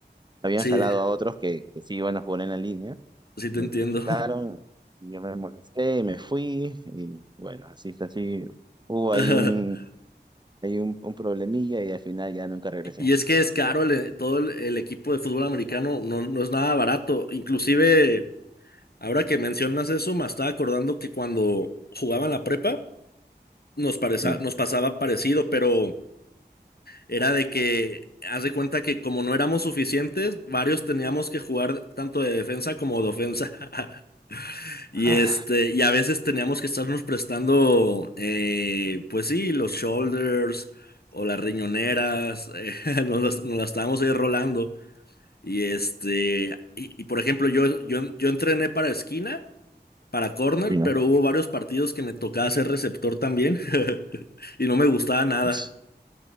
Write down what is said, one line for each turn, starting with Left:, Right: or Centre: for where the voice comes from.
Right: habían
Left: Sí,
Right: jalado a otros que, que sí iban a jugar en la línea,
Left: sí te
Right: me
Left: entiendo.
Right: lo quitaron, y yo me molesté, me fui, y bueno, así está, así hubo
Left: <laughs>
Right: ahí un, hay un, un problemilla y al final ya nunca regresé.
Left: Y es que es caro el- todo el, el equipo de fútbol americano, no, no es nada barato. Inclusive, ahora que mencionas eso, me estaba acordando que cuando jugaban la prepa, nos pareza-
Right: Sí.
Left: nos pasaba parecido, pero era de que, haz de cuenta que como no éramos suficientes, varios teníamos que jugar tanto de defensa como de ofensa. <laughs> Y
Right: Ah,
Left: este, y a veces teníamos que estarnos prestando, eh, pues sí, los shoulders o las riñoneras, <laughs> eh, nos las, nos las estábamos ahí rolando. Y este, y, y, por ejemplo, yo, yo, yo entrené para esquina, para corner,
Right: sí, ¿no?
Left: pero hubo varios partidos que me tocaba ser receptor también <laughs> y no me gustaba nada.
Right: pues,